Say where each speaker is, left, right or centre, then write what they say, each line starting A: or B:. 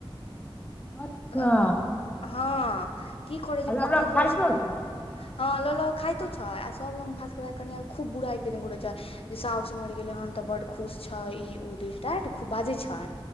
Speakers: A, on the left (about 15°); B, on the left (about 80°).
A: अच्छा
B: तऽ हँ की करै छै
A: आ लौरा
B: की
A: खाइतो
B: कहै छै हँ लऽ ल खातो छ सभ लग भास करबा कनिआ खूब बुराई केने घुरै छै जे साउसुसँ मरि गेलै हन तऽ बड्ड खुश छह ई ओ दिश देट खूब बाजै छह